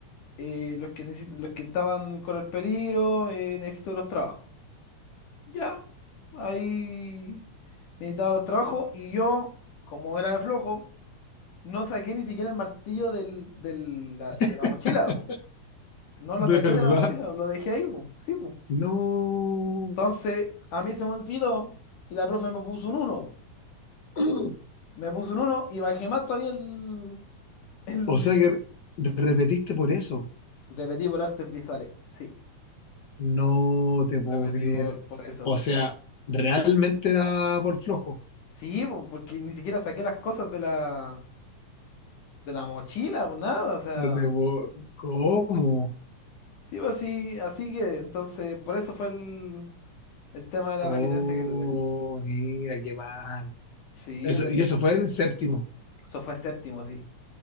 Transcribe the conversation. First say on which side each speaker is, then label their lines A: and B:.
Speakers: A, on the left; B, on the left.
A: eh, los que necesi- los que estaban con el peligro, eh, necesito los trabajos. Ya, ahí necesitaba los trabajos y yo, como era de flojo, no saqué ni siquiera el martillo del, del- la, de
B: <laughs>
A: la mochila, po. No lo
B: De
A: saqué
B: verdad,
A: de la mochila, lo dejé ahí, po. Sí, po.
B: no.
A: Entonces, a mí se me olvidó y la profe me puso un uno
B: <gasps>
A: Me puso un uno y bajé más todavía el, el...
B: O sea que repetiste por eso.
A: Repetí por artes visuales, sí.
B: No te
A: Repetí
B: puedo creer.
A: por, por eso.
B: O sea, realmente era por flojo.
A: Sí, po, porque ni siquiera saqué las cosas de la, de la mochila o nada, o sea,
B: No te puedo- ¿Cómo?
A: sí, pues así, así que, entonces, por eso fue el, el tema de la
B: Oh,
A: repitencia que tuve.
B: mira, qué mal.
A: Sí,
B: Eso,
A: pero
B: y eso fue en séptimo.
A: eso fue séptimo, sí,